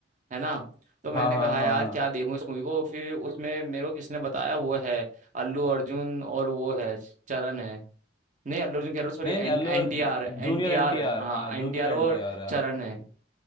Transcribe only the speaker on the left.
हाँ हाँ
हाँ
हाँ।
नहीं नहीं Allu
Arjun
junior
N
T R
हाँ
जूनियर
एन टी आर हाँ